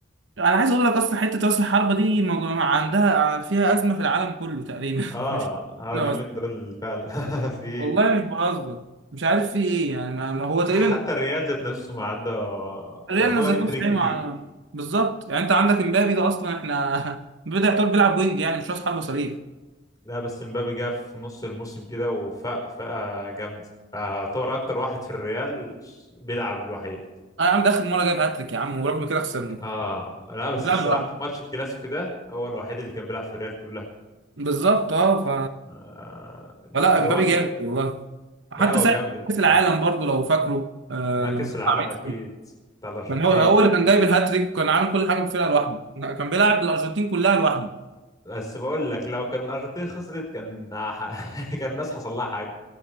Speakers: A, on the right; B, on the left.
A: انا عايز اقول لك اصلا حته راس الحربه دي موجو- عندها فيها ازمه في العالم كله تقريبا
B: اه
A: <laughs> مش
B: اه
A: انا
B: اليومين
A: بس
B: دول فعلا <laughs> في
A: والله مش بهزر مش عارف في ايه يعني ما ما هو تقريبا
B: حتى الريال ذات نفسه ما عنده
A: ريال
B: يعتبر
A: ذات
B: اندريك
A: نفسه ايه
B: جديد
A: مع بالظبط يعني انت عندك امبابي ده اصلا احنا <laughs> بدأ يعتبر بيلعب وينج يعني مش راس حربه صريح
B: لا بس مبابي جه في نص الموسم كده وفاق فاقة جامد يعتبر اكتر واحد في الريال بيلعب الوحيد
A: انا عم ده اخر مره جايب هاتريك يا عم ورغم كده خسرنا
B: اه لا بس
A: بيلعب
B: الصراحه
A: لوحده
B: في ماتش الكلاسيكو ده هو الوحيد اللي كان بيلعب في الريال كلها
A: بالظبط اه ف
B: آه،
A: فلا
B: اللي
A: امبابي
B: هو
A: جامد والله حتى
B: لا هو
A: ساعه
B: جامد
A: كاس العالم
B: جامد
A: برضو لو فاكره آه
B: مع
A: لما
B: كأس
A: كان
B: العالم
A: مع
B: أكيد
A: ميسي
B: بتاع الأرجنتين
A: كان هو هو اللي كان جايب الهاتريك كان عامل كل حاجه بفرقه لوحده لا، كان بيلعب الارجنتين كلها لوحده
B: بس بقول لك لو كان الأرجنتين خسرت كان <laughs> كان الناس حصل لها حاجة